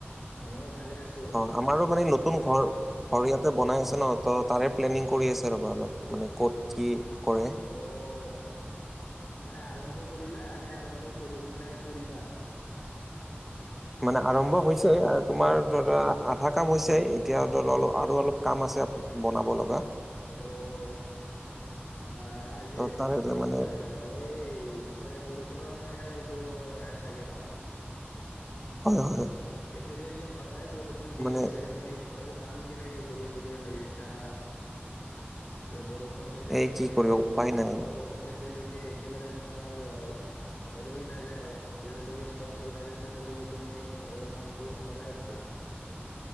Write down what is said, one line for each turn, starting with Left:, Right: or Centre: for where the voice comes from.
Left: আমিও ভালে আছো।
Centre: অ আমাৰো মানে নতুন ঘৰ ঘৰ ইয়াতে বনাই আছে ন? ত' তাৰে প্লেনিং কৰি আছে ৰ'বা অলপ মানে ক'ত, কি কৰে
Left: অ', মানে আৰম্ভ কৰিলা নে আৰম্ভ কৰিম মানে কৰিবা?
Centre: মানে আৰম্ভ হৈছে তোমাৰ ৰা, আধা কাম হৈছে। এতিয়া <unintelligible> আৰু অলপ কাম আছে বনাব লগা।
Left: অ', আ, আজি
Centre: ত তাৰে মানে
Left: হয়, হয় এই মানে বৰষুণৰ কাৰণে কৰিব পৰা নাই চাগে ন?
Centre: হয়, হয়।
Left: একেদিন যে সদায় বৰষুণ দি
Centre: মানে
Left: আছে তুমি ঘৰৰ কাম কেনেকে কৰিম বুলি ভাবিছা যে বৰষু যেতিয়ালৈকে
Centre: এই কি কৰিব উপায়
Left: অ
Centre: নাই আৰু
Left: বৰষুন যে তেতিয়ালৈকে একেবাৰে মানে তোমাৰ ৰৈ নাযায় যেতিয়ালৈকে ষ্টপ হৈ নাযায় তেতিয়ালৈকে তুমি ঘৰৰ কামটো নকৰাই ভাল